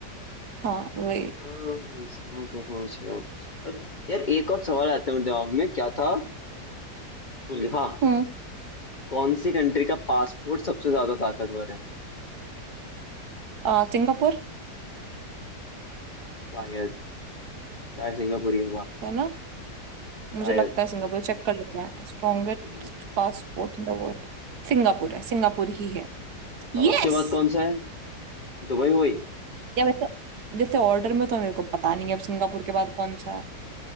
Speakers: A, on the right; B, on the left.
A: हाँ वही
B: हाँ, समझ गया, समझ गया। अब यार एक और सवाल आता है मेरे दिमाग में क्या था भूल गया हाँ
A: हम्म
B: कौन सी कंट्री का पासपोर्ट सबसे ज्यादा ताकतवर है
A: आ, सिंगापुर
B: शायद शायद सिंगापुर ही होगा
A: है ना मुझे
B: शायद
A: लगता
B: कुछ
A: है सिंगापुर
B: country,
A: चेक कर लेते हैं strongest
B: कुछ country।
A: passport in the world Singapore है सिंगापुर ही है यस
B: और उसके बाद कौन सा है दुबई हुई
A: या वैसे जैसे ऑर्डर में तो मेरे को पता नहीं है अब सिंगापुर के बाद कौन सा है